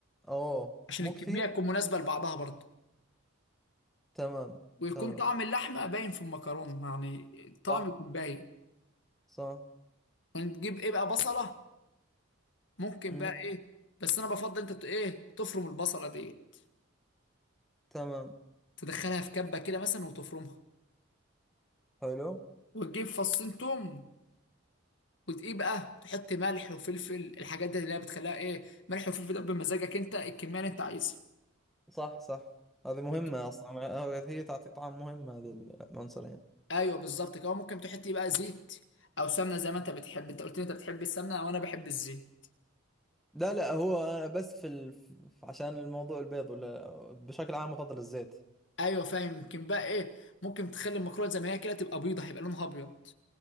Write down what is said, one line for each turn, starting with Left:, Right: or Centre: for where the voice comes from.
Centre: أوه
Left: عشان
Centre: مو
Left: الكمية
Centre: كثير
Left: تكون مناسبة لبعضها برضه
Centre: تمام
Left: ويكون
Centre: تمام
Left: طعم اللحمة باين في المكرونة يعني الطعم
Centre: صح
Left: يكون باين
Centre: صح
Left: هنجيب ايه بقى بصلة ممكن
Centre: مم.
Left: بقى ايه بس انا بفضل انت ت- ايه تفرم البصلة ديت
Centre: تمام
Left: تدخلها في كبة كده مثلا وتفرمها
Centre: حلو
Left: وتجيب فصين توم وتقيه بقى تحط ملح وفلفل الحاجات دي اللي هي بتخليها ايه ملح وفلفل ده بمزاجك انت الكمية اللي انت عايزها
Centre: صح صح هذه مهمة
Left: وت-
Centre: أصلا هو- هي تعطي طعم مهم هذه العنصرين
Left: ايوه بالظبط كده ممكن تحط إيه بقى زيت او سمنة زي ما انت بتحب انت قلت لي انت بتحب السمنة وانا بحب الزيت
Centre: لا لا هو أنا بس في ال... في- عشان الموضوع البيض ولا بشكل عام أفضل الزيت
Left: ايوه فاهم يمكن بقى ايه ممكن تخلي المكرونه زي ما هي كده تبقى بيضه هيبقى لونها ابيض